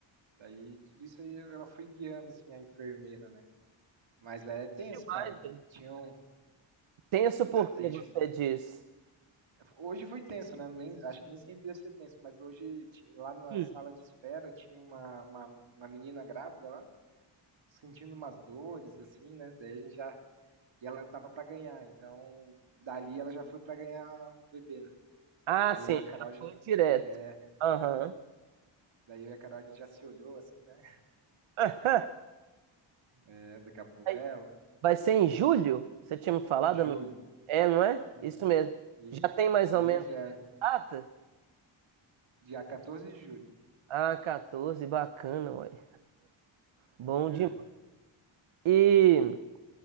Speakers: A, on the right; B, on the right.
A: Daí tudo isso aí ela foi guiando assim a enfermeira, né? Mas é tenso,
B: Demais,
A: cara.
B: velho.
A: Tinham
B: Tenso por
A: a,
B: que
A: a gente
B: você diz?
A: Hoje foi tenso, né? Nem, acho que nem sempre deve ser tenso, mas hoje, ti- lá na
B: Hum.
A: sala de espera, tinha uma, uma, uma menina grávida lá, sentindo umas dores, assim, né? Daí a gente já. E ela tava pra ganhar, então dali ela já foi pra ganhar o bebê, né?
B: Ah,
A: Daí
B: sim,
A: eu e a Carol,
B: já
A: já-
B: foi direto.
A: é,
B: Aham.
A: daí eu e a Carol a gente já se olhou, assim, né?
B: Ah,
A: É, daqui a pouco
B: vai
A: é ela.
B: vai ser em julho? Você tinha me falado?
A: Julho.
B: não- É, não é?
A: Uhum.
B: Isso mesmo.
A: E
B: Já tem mais
A: bem
B: ou menos
A: no inverno.
B: data?
A: Dia 14 de julho.
B: Ah, 14, bacana, uai. Bom
A: É.
B: demais. E,